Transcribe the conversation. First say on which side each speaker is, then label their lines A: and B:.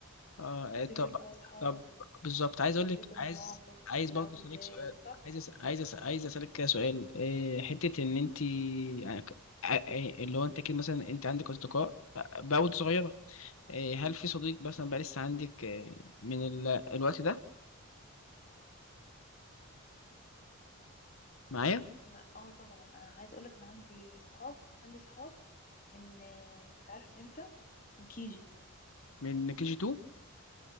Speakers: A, on the left; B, on the left.
A: اه
B: تفتكر
A: آه، طب
B: بقى اصحابك
A: طب بالظبط عايز
B: وبتفتكر
A: أقول لك عايز
B: مواقف
A: عايز
B: وبتلعبوا
A: برضه أسألك
B: ازاي
A: سؤال
B: صح
A: عايز أس- عايز أس- عايز أسألك كده سؤال إيه، حتة إن أنت يعني ك- آه، آه، اللي هو أنت كده مثلا أنت عندك أصدقاء آه، بقى وأنت صغيرة إيه، هل في صديق مثلا بقى لسه عندك آه، من ال- الوقت ده معايا
B: ما- اه طبعا انا عايز اقولك انا عندي صحاب عندي صحاب من آه، انت عارف من امتى من كيجي
A: من كي جي 2